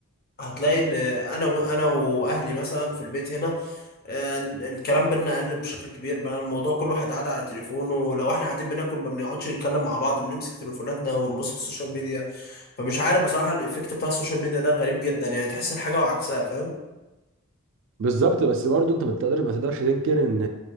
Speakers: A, on the left (about 45°); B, on the right (about 55°).
A: هتلاقي ان انا و- انا واهلي مثلا في البيت هنا آه، الكلام بينا قل بشكل كبير بقى الموضوع كل واحد قاعد على تليفونه ولو احنا قاعدين بناكل ما بنقعدش نتكلم مع بعض بنمسك تليفوناتنا ونبص في السوشيال ميديا فمش عارف بصراحة الايفكت بتاع السوشيال ميديا ده غريب جدا يعني تحس الحاجة وعكسها فاهم
B: بالظبط بس برضه انت ما تقدرش ما تقدرش تنكر ان